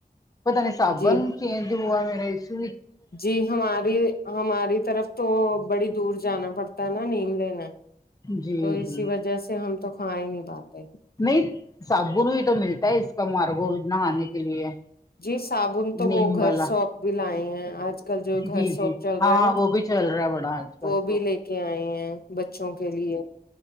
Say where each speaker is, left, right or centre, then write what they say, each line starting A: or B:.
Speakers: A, on the left (about 20°); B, on the left (about 70°).
A: پتہ نہیں صابن
B: جی
A: چینج ہوا میرایشو
B: جی ہماری ہماری طرف تو بڑی دور جانا پڑتا ہے نا نیم لینے
A: جی
B: تو اسی
A: جی
B: وجہ سے ہم تو کھا ہی نہیں پاتے
A: نہیں صابن بھی تو ملتا ہے اس کا مارگو نہانے کے لیے
B: جی صابن تو
A: نیم
B: وہ گھر
A: والا
B: سوپ بھی لائے ہیں آج آج کل جو
A: جی
B: گھر سوپ
A: جی
B: چل
A: ہاں
B: رہا ہے نا
A: وہ بھی چل رہا ہے بڑا آج کل
B: وہ
A: تو
B: بھی لے کے آئے ہیں ب چوں کے لیے